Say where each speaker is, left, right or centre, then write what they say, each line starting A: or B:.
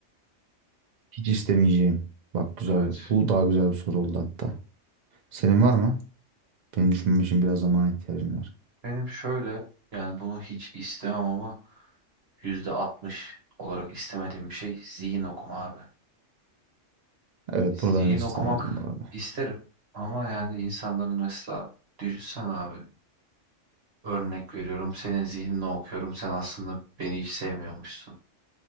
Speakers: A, on the right; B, on the right.
A: Hiç istemeyeceğim. Bak güzel.
B: Evet.
A: Bu daha güzel bir soru oldu hatta. Senin var mı? Benim düşünmem için biraz zamana ihtiyacım var.
B: Benim şöyle yani bunu hiç istemem ama %60 olarak istemediğim bir şey zihin okuma abi.
A: Evet
B: Zihin
A: bunu ben de istemezdim
B: okumak
A: bu arada.
B: isterim ama yani insanların mesela düşünsen abi örnek veriyorum senin zihnini okuyorum sen aslında beni hiç sevmiyormuşsun.